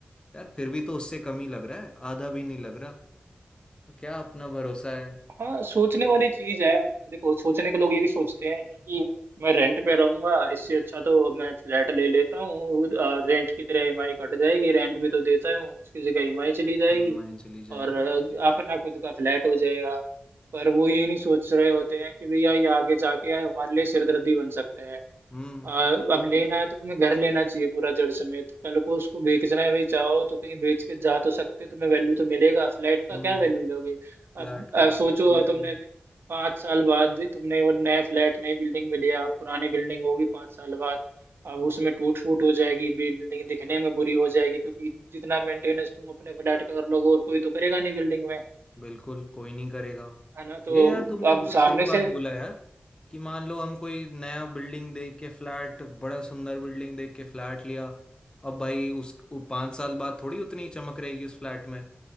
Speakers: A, on the left (about 20°); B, on the right (about 65°).
A: यार फिर भी तो उससे कम ही लग रहा है आधा भी नहीं लग रहा तो क्या अपना भरोसा है
B: हाँ सोचने वाली चीज है देखो सोचने के लोग ये भी सोचते हैं कि मैं रेंट पे रहूंगा इससे अच्छा तो मैं फ्लैट ले लेता हूँ रेंट की तरह ईएमआई कट जाएगी रेंट भी तो देता हूँ उसकी जगह ईएमआई चली जाएगी
A: ईएमआई चली जाएगी
B: और अ, अपना खुद का फ्लैट हो जाएगा पर वो ये नहीं सोच रहे होते हैं कि भैया ये आगे जाके हमारे लिए सिरदर्दी बन सकता है
A: हम्म
B: आ, अब लेना है तो तुम्हें घर लेना चाहिए पूरा जड़ समेत कल को उसको बेचना भी चाहो तो कहीं बेच के जा तो सकते हो, तुम्हें वैल्यू तो मिलेगा फ्लैट का
A: हम्म
B: क्या वैल्यू लोगे अब,
A: फ्लैट का
B: अब
A: तो
B: सोचो
A: कुछ वैल्यू नहीं
B: तुमने पाँच साल बाद तुमने वो नया फ्लैट नई बिल्डिंग में लिया अब पुरानी बिल्डिंग होगी पाँच साल बाद अब उसमें टूट फूट हो जाएगी बिल्डिंग दिखने में बुरी हो जाएगी क्योंकि जितना मेंटेनेंस तुम अपने फ्लैट का कर लोगे और कोई तो करेगा नहीं बिल्डिंग में
A: बिल्कुल कोई नहीं करेगा
B: है ना तो
A: ये यार तुमने
B: अब
A: बहुत
B: सामने
A: सही बात
B: से
A: बोला यार कि मान लो हम कोई नया बिल्डिंग देख के फ्लैट बड़ा सुंदर बिल्डिंग देख के फ्लैट लिया अब भाई उस वो पाँच साल बाद थोड़ी उतनी चमक रहेगी उस फ्लैट में